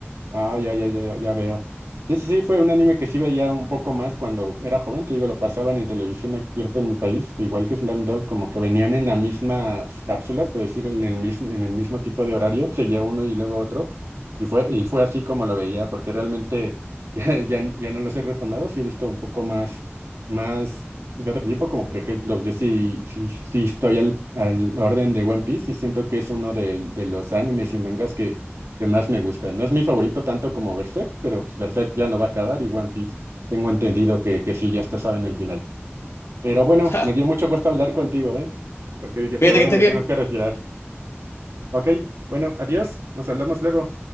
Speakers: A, on the right; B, on the left.
A: Ah, ya, ya, ya, ya veo. Sí, sí, sí, fue un anime que sí veía un poco más cuando era joven, te digo, lo pasaban en televisión aquí en mi país, igual que Slam Dunk, como que venían en las mismas cápsulas, por decir, en el mismo, en el mismo tipo de horario, seguía uno y luego otro, y fue, y fue así como lo veía, porque realmente <laughs> ya, ya, ya no los he retomado, sí he visto un poco más, más de otro tipo, como por ejemplo, yo sí, sí, sí estoy al, al orden de One Piece y siento que es uno del- de, los animes y mangas que más me gusta. No es mi favorito tanto como Berserk, pero pues Berserk ya no va a acabar y One Piece tengo entendido que, que sí, ya está, saben el final. Pero bueno,
B: <laughs>
A: me dio mucho gusto hablar contigo, ¿eh? Porque yo
B: Cuídate
A: por ahora
B: que estés
A: me
B: bien.
A: tengo que retirar. Ok, bueno, adiós, nos hablamos luego.